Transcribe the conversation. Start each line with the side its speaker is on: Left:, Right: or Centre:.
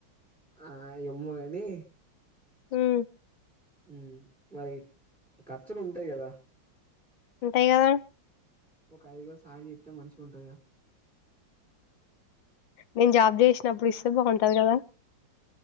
Centre: ఆ ఎమ్మోగాని
Left: ఉ మ్
Centre: ఉ మరి ఖర్చులు ఉంటయ్ కదా
Left: ఉంటయ్ కదా
Centre: ఒక ఐదు వేలు సాయం చెతే మంచిగా ఉంటది గా
Left: నేను జాబ్ చేసినప్పుడు ఇస్తే బాగుంటది కదా